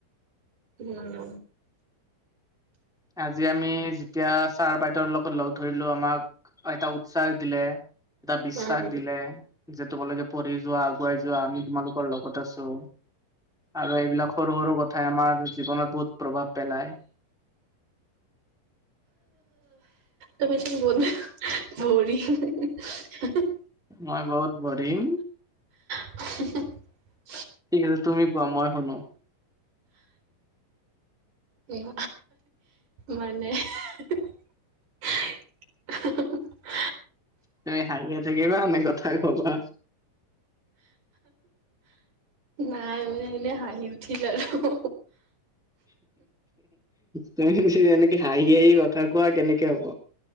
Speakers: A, on the right; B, in the centre.
A: উম'।
B: আজি আমি যেতিয়া ছাৰ বাইদেৰ লগত লগ ধৰিলো আমাক এটা উৎসাহ দিলে, এটা বিশ্বাস
A: উম।
B: দিলে। যে তোমালোকে পঢ়ি যোৱা আগুৱাই যোৱা আমি তোমালোকৰ লগত আছো আৰু এইবিলাক সৰু সৰু কথাই আমাৰ জীৱনত বহুত প্ৰভাৱ পেলায়।
A: তুমিচোন বহুত বৰিং।
B: মই বহুত বৰিং
A: <unintelligible>
B: ঠিক আছে। তুমি কোৱা মই শুনো।
A: উম মানে <unintelligible>
B: তুমি হাহিয়ে থাকিবা, নে কথাই কবা?
A: নাই মানে এনেই হাঁহি উঠিল আৰু! !
B: তুমি যেনেকে হাঁহি হাঁহি কথা কোৱা কেনেকে হব?